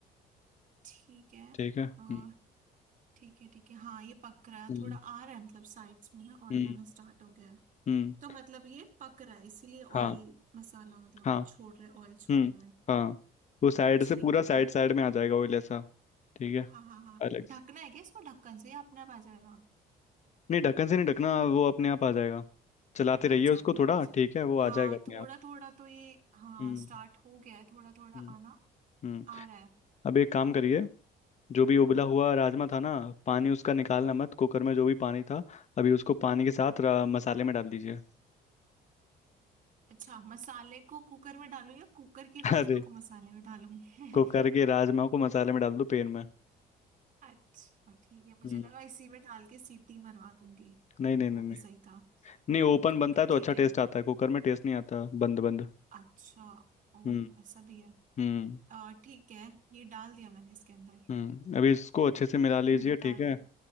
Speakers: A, on the right; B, on the left.
A: ठीक है
B: ठीक है हम्म
A: आ, ठीक है ठीक है हाँ ये पक रहा है
B: हम्म
A: थोड़ा आ रहा है मतलब साइड्स में ना ऑयल
B: हम्म
A: आना स्टार्ट हो गया है
B: हम्म,
A: तो मतलब ये पक रहा है इसीलिए ऑयल
B: हाँ
A: मसाला मतलब
B: हाँ
A: वो छोड़ रहे ऑयल छोड़
B: हम्म
A: रहे हैं
B: हाँ वो साइड
A: ठीक
B: से पूरा साइड
A: है
B: साइड में आ जाएगा ऑयल ऐसा ठीक है
A: हाँ हाँ हाँ
B: अलग से
A: ढकना है क्या इसको ढक्कन से या अपने आप आ जाएगा
B: नहीं ढक्कन से नहीं ढकना वो अपने आप आ जाएगा चलाते रहिए
A: अच्छा
B: उसको
A: अपने
B: थोड़ा
A: आप आ जाएगा
B: ठीक है वो आ
A: हाँ
B: जाएगा अपने
A: थोड़ा
B: आप
A: थोड़ा तो ये हाँ
B: हम्म
A: स्टार्ट हो गया है थोड़ा थोड़ा
B: हम्म
A: आना
B: हम्म
A: आ रहा है
B: अब एक काम करिए जो भी उबला
A: हम्म
B: हुआ राजमा था ना पानी उसका निकालना मत कुकर में जो भी पानी था अभी उसको पानी के साथ रा- मसाले में डाल दीजिए
A: अच्छा मसाले को कुकर में डालूं या कुकर के
B: <laughs>
A: राजमा
B: अरे
A: को मसाले में डालूं <laughs>
B: कुकर के राजमा को मसाले में डाल दो पेन में
A: अच्छा ठीक है मुझे
B: हम्म
A: लगा इसी में डाल के सीटी मरवा दूंगी
B: नहीं नहीं नहीं
A: वो भी
B: नहीं
A: सही था
B: नहीं ओपन
A: ओके ओके
B: बनता है तो
A: ठीक
B: अच्छा
A: है
B: टेस्ट आता है कुकर में टेस्ट नहीं आता बंद बंद
A: अच्छा ओह
B: हम्म
A: ऐसा भी है
B: हम्म
A: अ, ठीक है ये डाल दिया मैंने इसके अंदर
B: हम्म अभी इसको अच्छे से मिला लीजिए
A: हम्म डाल
B: ठीक
A: दिया
B: है